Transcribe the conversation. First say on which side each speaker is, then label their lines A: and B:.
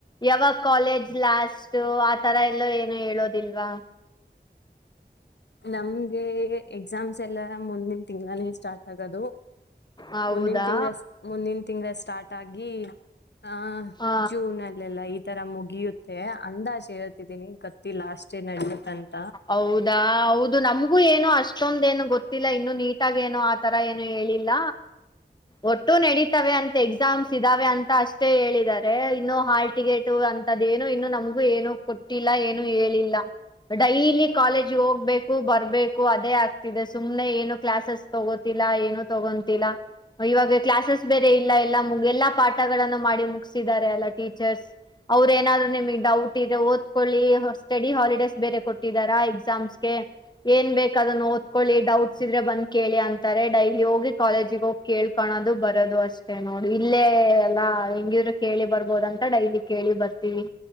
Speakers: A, on the left; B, on the left.
A: ಯಾವಾಗ ಕಾಲೇಜ್ ಲಾಸ್ಟ್ ಆತರ ಎಲ್ಲೋ ಏನು ಹೇಳೋದಿಲ್ವಾ
B: ನಮ್ಗೆ ಎಕ್ಸಾಮ್ಸ್ ಎಲ್ಲ ಮುಂದಿನ ತಿಂಗಳನೇ ಸ್ಟಾರ್ಟ್ ಆಗೋದು
A: ಹೌದಾ
B: ಮುಂದಿನ ತಿಂಗಗಳ ಮುಂದಿನ ತಿಂಗಗಳ ಸ್ಟಾರ್ಟ್ ಆಗಿ ಹ
A: ಹ
B: ಜೂನ್ ಅಲ್ಲೆಲ್ಲ ಈ ತರ ಮುಗಿಯುತ್ತೆ ಅಂದಾಜ ಹೇಳ್ತಿದ್ದೀನಿ ಗತ್ತು ಲ ಅಷ್ಟ ಏ ನಡತ್ತಂತ
A: ಹೌದಾ ಹೌದ ಇದು ನಮ್ಗೂ ಏನೋ ಅಷ್ಟೊಂದ ಏನು ಗೊತ್ತಿಲ್ಲ ಇನ್ನು ನೀಟಾಗ ಏನೋ ಆತರ ಏನು ಹೇಳಿಲ್ಲ ಒಟ್ಟು ನಡತವೆ ಅಂತ ಎಕ್ಸಾಮ್ಸ್ ಇದ್ದಾವೆ ಅಂತ ಅಷ್ಟೇ ಹೇಳಿದಿದ್ದಾರೆ ಇನ್ನುೂ ಹಾಲ್ ಟಿಕೆಟ ಅಂತದೇನು ಇನ್ನು ನಮಗೂ ಏನು ಕೊಟ್ಟಿಲ್ಲ ಏನು ಹೇಳಿಲ್ಲ ಡೈಲಿ ಕಾಲೇಜ್ ಹೋಗ್ಬೇಕು ಬರ್ಬೇಕು ಅದೇ ಆಗ್ತಿದೆ ಸುಮ್ನೆ ಏನು ಕ್ಲಾಸಸ್ ತಗೋತಿಿಲ್ಲ ಏನು ತೊಗೊಂತಿಲ್ಲಾ ಇವಾಗ ಕ್ಲಾಸಸ್ ಬೇರೆ ಇಲ್ಲ ಎಲ್ಲಾ ಮುಗ ಎಲ್ಲಾ ಪಾಠಗಳಗಳನ್ನು ಮಾಡಿ ಮುಗಸಿದಿದ್ದಾರೆ ಅಲ್ಲ ಟೀಚರ್ಸ್ ಅವ್ರ ಏನಾದ್ರು ನಿಮಗ್ ಡೌಟ್ ಇದೆ ಓದ್ಕೊಳ್ಳಿ ಸ್ಟಡಿ ಹಾಲಿಡೇಸ್ ಬೇರೆ ಕೊಟ್ಟಿದಾರಾ ಎಕ್ಸಾಮ್ಸ್ಗೆ ಏನ್ ಬೇಕ ಅದ ಓದ್ಕೊಳ್ಳಿ ಡೌಟ್ಸ್ ಇದ್ರೆ ಬಂದ್ ಕೇಳಿ ಅಂತಾರೆ ಡೈಲಿ ಹೋಗಿ ಕಾಲೇಜಿಗ ಹೋಗಿ ಕೇಳ್ಕೊಂಡ ಅದು ಬರದು ಅಷ್ಟೇ ನೋಡು ಇಲ್ಲೇ ಎಲ್ಲಾ ಹೆಂಗಿದ್ರು ಕೇಳಿ ಬರ್ಬೋದಂತ ಡೈಲಿ ಕೇಳಿ ಬರ್ತೀವಿ